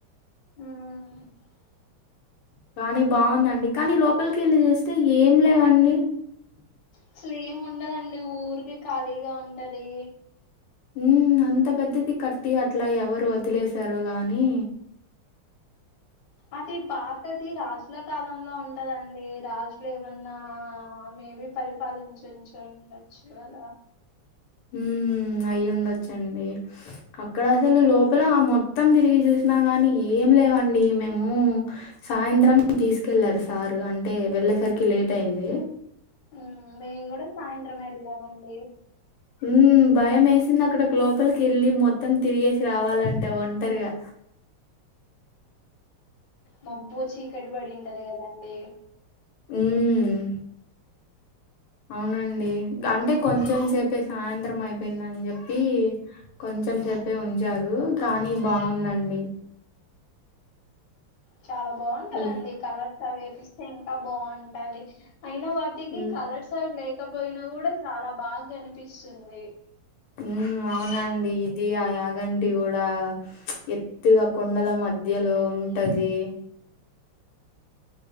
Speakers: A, on the left (about 55°); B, on the left (about 80°).
A: ఆ
B: కానీ బాగుందండి కానీ లోపలికి వెళ్ళి చూస్తే ఏం లేవండి
A: అసలు ఏం ఉండదండి ఊరికే ఖాళీగా ఉంటది
B: ఉ అంత పెద్దది కట్టి అట్లా ఎవరు వదిలేసారో గాని
A: అది పాతది రాజుల కాలంలో ఉంటదండి రాజు లు ఏమన్నా మేబి పరిపాలించిచూ ఉండచ్చు కదా
B: ఉ అయి ఉండొచ్చండి అక్కడ
A: మ్మ్
B: అసలు లోపల ఆ మొత్తం తిరిగి చూసినా గాని ఏం లేవండి మేము సాయంత్రం తీసుకెళ్లారు సారు అంటే వెళ్ళేసరికి లేట్ అయింది
A: మ్ మేము కూడా సాయంత్రం వెళ్ళమండి
B: ఉ భయం వేసింది అక్కడ లోపలికి వెళ్ళి మొత్తం తిరిగేసి రావాలంటే ఒంటరిగా
A: మబ్బు చీకటి పడింటది కదండి
B: ఉమ్ అవునండి అంటే కొంచెం సేపే సాయంత్రం అయిపోయిందని చెప్పి కొంచెం సేపే ఉంచారు కానీ బాగుందండి
A: చాలా బాగుంటందండి
B: ఈ
A: కలర్ అవి వేపిస్తే ఇంకా బాగుంటది అయిన వాటికి
B: ఉమ్
A: కలర్స్ అవి లేకపోయినా కూడా చాలా బాగా అనిపిస్తుంది
B: ఉమ్ అవునండి ఇది ఆ యాగంటి కూడా ఎత్తుగా కొండల మ ద్యలో ఉంటది